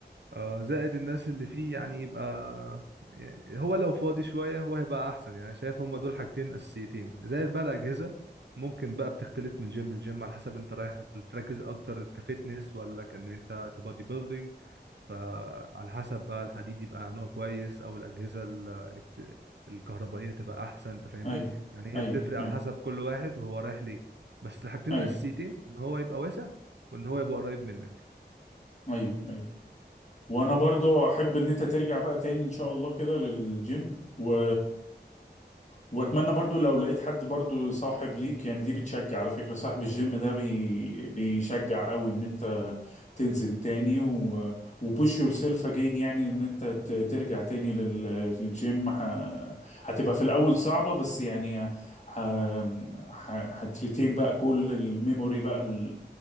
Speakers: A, on the right (about 80°); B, on the left (about 40°).
A: اه زائد الناس اللي فيه يعني يبقى يعني هو لو فاضي شوية هو هيبقى أحسن يعني شايف هما دول حاجتين أساسيتين زائد بقى الأجهزة ممكن بقى بتختلف من جيم لجيم على حسب أنت رايح تركز أكتر كفتنس ولا كان أنت تبادي بيلدينج فعلى حسب بقى الحديد يبقى نوع كويس أو الأجهزة ال- الكت- الكهربائية تبقى أحسن أنت فاهمني
B: ايوه
A: يعني هي
B: ايوه
A: بتفرق
B: ايوه
A: على حسب كل واحد وهو رايح ليه بس الحاجتين
B: ايوه
A: الأساسيتين إن هو يبقى واسع وإن هو يبقى قريب منك
B: ايوه ايوه وانا برضو احب ان انت ترجع بقى تاني ان شاء الله كده للجيم و... واتمنى برضو لو لقيت حد برضو صاحب ليك يعني دي بتشجع على فكرة صاحب الجيم ده بي... بيشجع قوي ان انت تنزل تاني و... وبوش يور سيلف اجين يعني ان انت ت... ترجع تاني لل... للجيم ه... هتبقى في الاول صعبة بس يعني ه... ه... هتريتين بقى كل الميموري بقى ال...